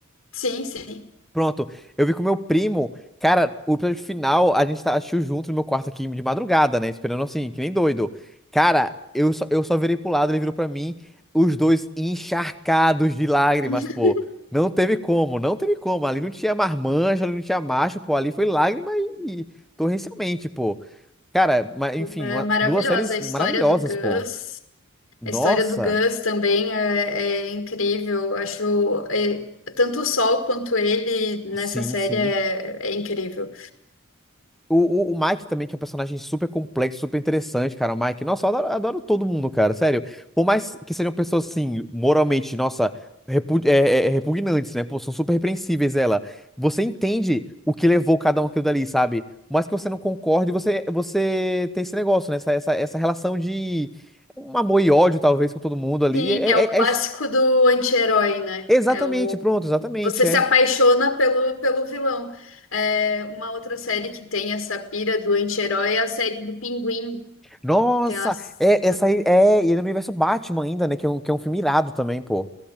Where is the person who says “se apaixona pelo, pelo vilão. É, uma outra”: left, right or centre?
Left